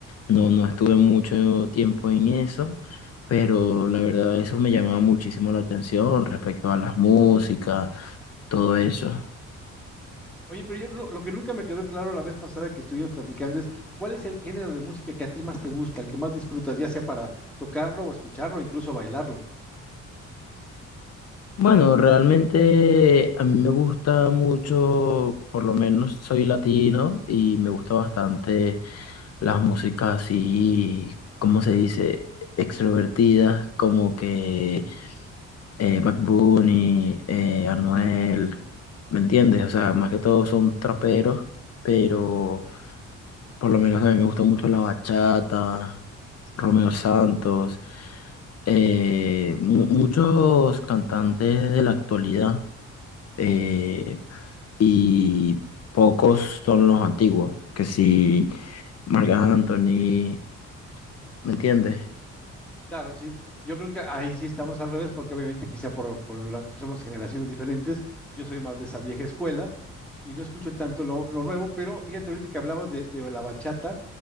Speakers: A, on the left (about 55°); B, in the centre.
A: No, no estuve mucho tiempo en eso, pero la verdad eso me llamaba muchísimo la atención respecto a las músicas, todo eso.
B: Oye, pero yo lo, lo que nunca me quedó claro la vez pasada que estuvimos platicando es cuál es el género de música que a ti más te gusta, el que más disfrutas, ya sea para tocarlo o escucharlo, incluso bailarlo.
A: Bueno, realmente a mí me gusta mucho, por lo menos soy latino y me gusta bastante las músicas así, ¿cómo se dice? Extrovertidas, como que eh, Bad Bunny, eh, Anuel, ¿me entiendes? O sea, más que todo son traperos, pero por lo menos a mí me gusta mucho la bachata, Romeo Santos, eh, mu- muchos cantantes de la actualidad. eh, y pocos son los antiguos, que si Marc Anthony, ¿me entiendes?
B: Claro, sí. Yo creo que ahí sí estamos al revés, porque obviamente quizá por, por la- somos generaciones diferentes. Yo soy más de esa vieja escuela y no escucho tanto lo, lo nuevo, pero fíjate ahorita que hablabas de, de la bachata,